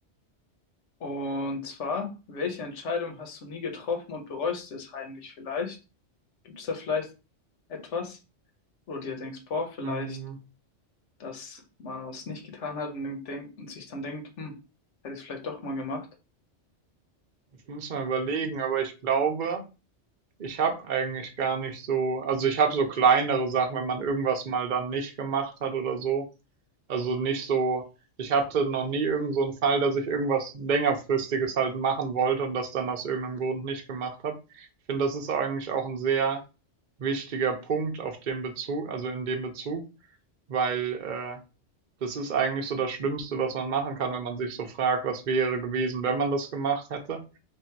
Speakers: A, on the left; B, on the right.
A: und zwar, welche Entscheidung hast du nie getroffen und bereust es heimlich vielleicht? Gibt es da vielleicht etwas, wo du dir denkst, boah, vielleicht,
B: Mhm.
A: dass man was nicht getan hat und, denkt, und sich dann denkt, hm, hätte ich es vielleicht doch mal gemacht?
B: Ich muss mal überlegen, aber ich glaube, ich habe eigentlich gar nicht so, also ich habe so kleinere Sachen, wenn man irgendwas mal dann nicht gemacht hat oder so. Also nicht so, ich hatte noch nie irgend so einen Fall, dass ich irgendwas längerfristiges halt machen wollte und das dann aus irgendeinem Grund nicht gemacht habe. Ich finde, das ist eigentlich auch ein sehr wichtiger Punkt auf dem Bezug, also in dem Bezug, weil äh, das ist eigentlich so das Schlimmste, was man machen kann, wenn man sich so fragt, was wäre gewesen, wenn man das gemacht hätte.